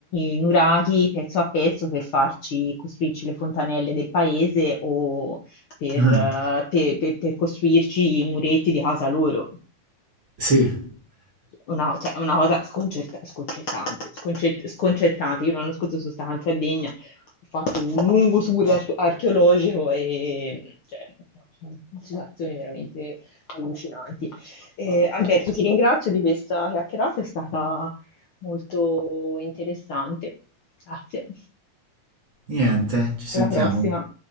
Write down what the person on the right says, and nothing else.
Ah,
sì.
Niente, ci sentiamo.